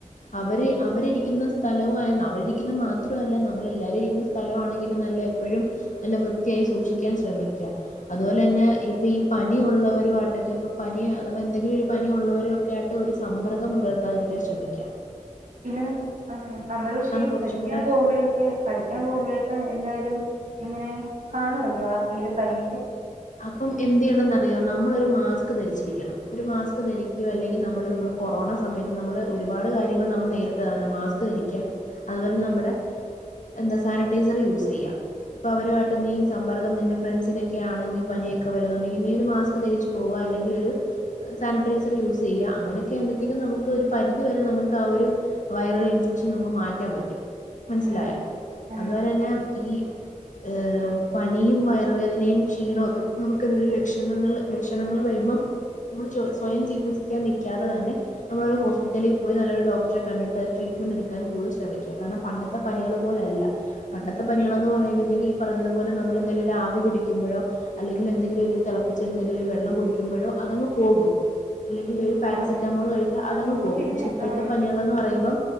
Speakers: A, on the left; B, on the right.
A: അവര് അവരിരിക്കുന്ന സ്ഥലവും ആയ്ന്ന് അവരിരിക്കുന്ന മാത്രല്ല നമ്മളെല്ലാരും ഇരിക്കുന്ന സ്ഥലവു ആണെങ്കിലും നല്ല എപ്പോഴും നല്ല വൃത്തിയായി സൂക്ഷിക്കാൻ ശ്രമിക്ക അതുപോലെന്നെ ഇപ്പൊ ഈ പനി ഉള്ളവരു ആട്ടൊക്കെ ഇപ്പോം പനി അഥവാ എന്തെങ്കിലും ഒരു പനി ഉള്ളവരുക്കെ ആയിട്ട് ഒരു സമ്മർകം പുലർത്താതിരിക്കാൻ ശ്രമിക്ക
B: പിന്നെനമ് നമ്മള് പക്ഷേ
A: കുറച്ചും
B: പഠിക്ക്യാൻ
A: കൂടെ
B: പോകുമ്പോഴൊക്കെ പഠിക്കാൻ പോകുമ്പോഴൊക്കെ എന്തായാലും ഇങ്ങനെ കാണുഅല്ലോ ആർക്കെലും പനി
A: അപ്പം എന്തയ്യണംന്നറിയോ നമ്മളൊരു മാസ്ക് ധരിച്ചിരിക്കണം ഒരു മാസ്ക് ധരിക്യോ അല്ലെങ്കിൽ നമ്മള് നമ്മള കൊറോണ സമയത്ത് നമ്മള് ഒരുപാട് കാര്യങ്ങൾ നമ്മൾ നേരത്ത ആണ് മാസ്ക് ദരിക്ക അതുപോൽ ഞ്ഞ നമ്മടെ എന്താ സാനറ്റൈസർ യൂസയ്യാ പ്പൊ അവരുവായിട്ട് നീ സമ്പർക്കം നിന്റെ ഫ്രണ്ട്സിനൊക്കെ ആണെങ്കി പനിയൊക്കെ വരുന്നുണ്ടെങ്കി നീ ഒരു മാസ്ക് ധരിച്ചു പോവുക അല്ലെങ്കിൽ ഒരു സാനിറ്ട്രൈസറ് യൂസയ്യാ അങ്ങനൊക്കെആവുമ്പാതെക്കും നമ്മു ക്ക് ഒരു പരിധി വരെ നമ്മക്ക് ആ ഒരു വൈറൽ ഇൻഫ ച്ചു നമ്മക്ക് മാറ്റാം പറ്റും മനസ്സിലായ
B: ആണ്
A: അതുപോലെന്നെ
B: ആണ്
A: ഈ ഹ് പനിയും വയറുവേദനയും ക്ഷീണക്കെ നമുക്ക് അതൊരു ലക്ഷണങ്ങൾ ലക്ഷണങ്ങൾ വരുമ്പം നമ്മള് ചോ സ്വയം ചികിത്സിക്കാൻ നിക്യാതെ തന്നെ നമ്മളരു ഹോസ്പിറ്റലിൽ പോയി നല്ലൊരു ഡോക് ട്രെ കണ്ടിട്ട് അത് ചികി മുന്നെടുക്കാൻ കൂടുതൽ ശ്രമിക്ക കാര്ണം പണ്ടത്തെ പനി കള് പോലെയല്ല പണ്ടത്തെ പനികളന്ന് പറയുമ്പോഴത്തേക്ക് ഈ പറഞ്ഞത് അതുപോലെ നമ്മളെന്തെലൊരു ആവി പിടിക്കുമ്പഴോ അല്ലെങ്കിൽ എന്തെങ്കിലൊരു തെ ളപ്പിച്ച് എന്തെങ്കിൽ വെള്ളം കുടിക്കുമ്പോഴോ അതങ്ങ് പോകും അല്ലെങ്കിൽ ഒരു പാരസെറ്റാമോൾ
B: ആണ്
A: കഴിച്ചാൽ അതങ്ങ്
B: ഇപ്പം
A: പോകും
B: പിന്നെ
A: പക്ഷെ ഇപ്പോഴത്തെ
B: ആ
A: പനികളന്ന് പറയുമ്പം